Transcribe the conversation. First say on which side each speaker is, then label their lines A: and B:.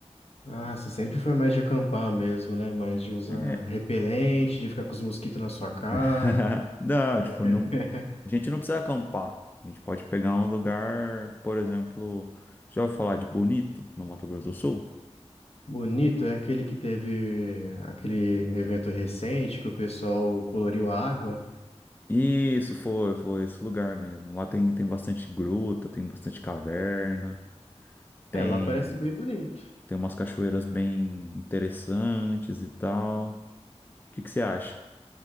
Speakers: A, on the left (about 60°); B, on the left (about 15°).
A: Ah, você sempre foi mais de acampar mesmo, né? Mais de usar
B: É,
A: repelente, de ficar com os mosquitos na sua cara.
B: <laughs> Não,
A: É.
B: tipo, não, a gente não precisa acampar. A gente pode pegar um lugar, por exemplo, já ouviu falar de Bonito, no Mato Grosso do Sul?
A: Bonito é aquele que teve aquele evento recente que o pessoal coloriu a água.
B: Isso, foi, foi esse lugar mesmo. Lá tem, tem bastante gruta, tem bastante caverna,
A: É,
B: tem,
A: lá parece bem bonito.
B: tem umas cachoeiras bem interessantes e tal. O que que você acha?